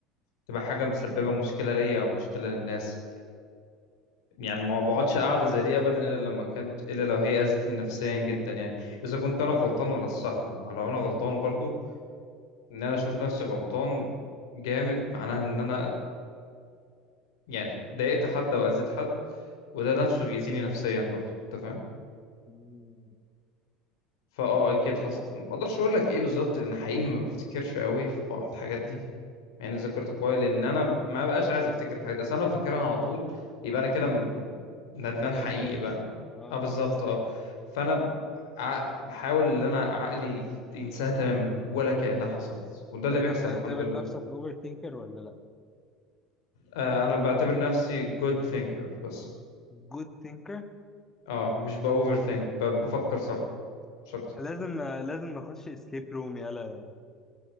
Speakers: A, on the left (about 60°); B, on the left (about 20°).
A: تبقى حاجة مسببة مشكلة ليا او مشكلة للناس يعني ما بقعدش قاعدة زي دي ابدا الا لما كانت الا لو هي اذتني نفسيا جدا يعني اذا كنت انا غلطان ولا الصح ما هو لو انا غلطان برضو ان انا اشوف نفسي غلطان جامد معناها ان انا يعني ضايقت حد او اذيت حد وده نفسه بيأذيني نفسيا برضه انت فاهم
B: مم،
A: فاه اكيد حصل ما اقدرش اقول لك ايه بالظبط لان حقيقي ما بفتكرش قوي في بعض الحاجات دي يعني ذاكرت كويس لان انا ما بقاش عايز افتكر الحاجات دي اصل انا لو فاكرها على طول يبقى انا كده م- ندمان
B: ما تجاوزتهاش
A: حقيقي بقى
B: اه
A: اه
B: ما
A: بالظبط
B: تجاوزتهاش
A: اه فانا ب- ع- بحاول ان انا عقلي ينساها تماما ولا كأنها حصلت وده اللي
B: طب انت
A: بيحصل
B: بتعتبر
A: الحمد لله
B: نفسك اوفر ثينكر ولا لا
A: آه انا بعتبر نفسي good thinker بس
B: جود ثينكر
A: اه مش ب overthink ب- بفكر صح مش اكتر
B: لازم لازم نخش اسكيب روم يلا